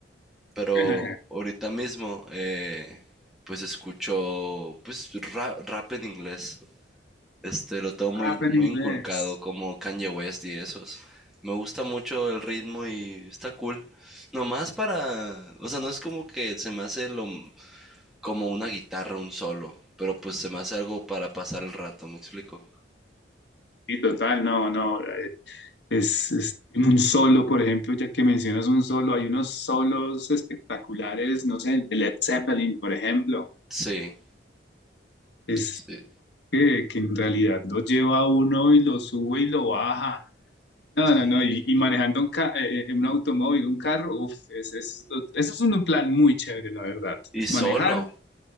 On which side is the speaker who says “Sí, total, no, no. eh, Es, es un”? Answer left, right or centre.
Left